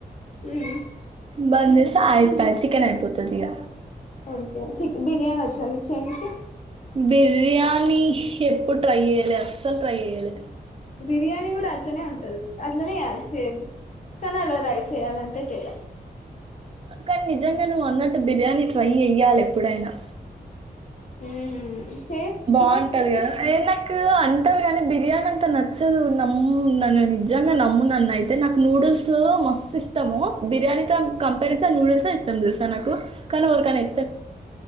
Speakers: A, on the left (about 45°); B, on the right (about 35°).
A: ఉమ్
B: బంద్ చేసే అయిపాయ్ చికెన్ అయిపోతుది ఇగ
A: ఓకే చిక్ బిర్యానీ వచ్చా నిక్ చేయనికి
B: బిర్యానీ ఎప్పుడు ట్రై చేయ్యాలె అస్సలు ట్రై చెయ్యాలె
A: బిర్యానీ కూడా అట్లనే ఉంటది అట్లనే చేయాలి సేమ్ కానీ అలా రైస్ వేయాలంతే తేడా
B: కాని నిజంగా నువ్వు అన్నట్టు బిర్యానీ ట్రై ఏ య్యాలే ఎప్పుడైనా
A: ఉమ్
B: బాగుంటది కదా ఏ నాకు అంటారు కాని బిర్యానీ అంతా నచ్చదు నమ్ము నన్ను నిజంగా నమ్మునన్న అయితే నాకు నూడిల్స్ మస్త్ ఇష్టము బిర్యానీతో కంపేర్ చేస్తే న్యూడుల్స్ ఏ ఇష్టాం తెలుసా నాకు కానీ వురికనే